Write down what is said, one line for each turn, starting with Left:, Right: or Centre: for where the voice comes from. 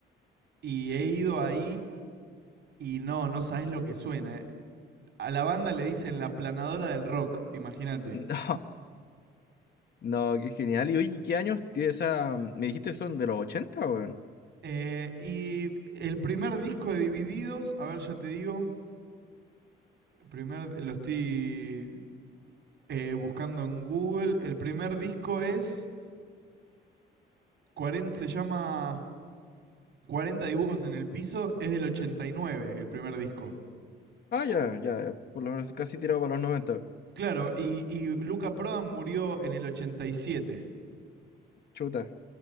Right: Y he ido ahí Y no, no sabes lo que suena. A la banda le dicen la planadora del rock, imagínate.
Left: <laughs> No, no, qué genial. Y oye, ¿qué años tiene esa? ¿Me dijiste son de los 80, weón?
Right: Eh, y el primer disco de Divididos, a ver, ya te digo, el primer, lo estoy eh, buscando en Google. El primer disco es 40, se llama 40 dibujos en el piso, es del 89 el primer disco.
Left: Ah, ya, ya, ya, por lo menos casi tirado para los 90.
Right: Claro, y, y Luca Prodan murió en el 87.
Left: Chuta.